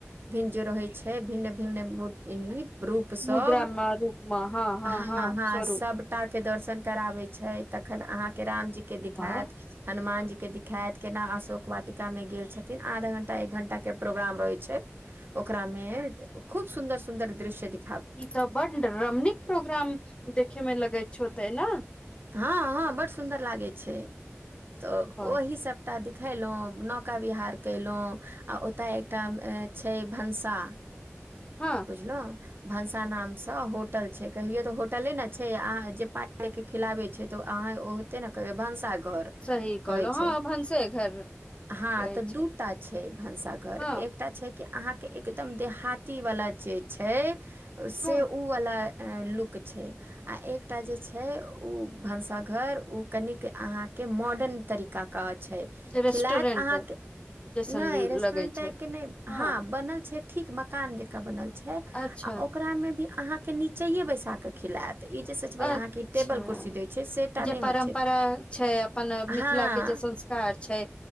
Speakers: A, on the right; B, on the left.
A: जे रहे छै भिन्न भिन्न मूर्ति रूप सब
B: मुद्रा मे रूप मे हँ
A: हँ हँ
B: स्वरूप
A: सब दर्शन कराबै छै तखन अहाँके रामजी के दिखायत
B: वाह
A: हनुमान जी के दिखायत केना अशोक वा टिका मे गेल छथिन आधा घंटा एक घंटा के प्रोग्राम रहै छै ओकरा मे खूब सुन्दर सुन्दर दृश्य देख
B: ई तऽ बड रमणीक प्रोग्राम देखे मे लगैत छ होते ने
A: हँ हँ बड सुन्दर लागे छै तऽ
B: वाह
A: ओहि सब टा देखिलो नौका बिहार कलो आ ओतऽ एकटा छै भनसा
B: हँ
A: बुझलो भनसा नाम से होटल छै कहियो तऽ होटले ने छै आ जे पा खिलाबै छै तऽ अहाँ ओ होते ने कहबै भनसाघर
B: सही कहलो
A: कहै छै
B: हँ भनसे घर
A: हँ
B: रहै
A: तऽ
B: छै
A: दूटा छै भनसाघर
B: हँ
A: एकटा छै क अहाँ के एकदम देहाती वाला जे छै से
B: हँ
A: उ वाला लुक छै आ एकटा जे छै ओ भनसाघर ओ कनिक अहाँके मॉडर्न तरीका के छै
B: रेस्टोरेंट
A: खिलायत अहाँ के
B: जैसन
A: नय रेस्टोरेन्ट
B: लगै
A: टाइ
B: छै
A: के नय
B: हँ
A: हाँ बनल छै ठीक मकान जेकाँ बनल छै
B: अच्छा
A: आ ओकरा मे भी अहाँके निचेये बैसा क खिलायत ई जे सोचबै
B: अच्छा
A: अहाँके टेबल कुर्सी दै छै से टा नहि
B: जे परम्परा
A: होइ छै
B: छै अपन
A: हँ
B: मिथिला के जे संस्कृ कर छै